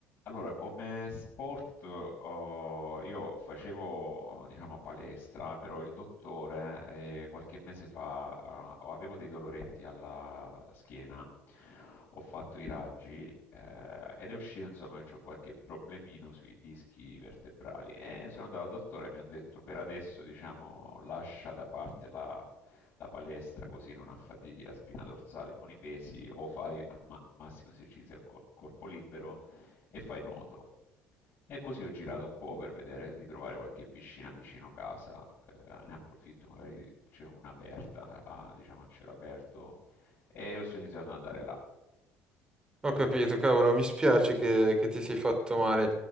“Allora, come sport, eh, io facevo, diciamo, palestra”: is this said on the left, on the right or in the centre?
Left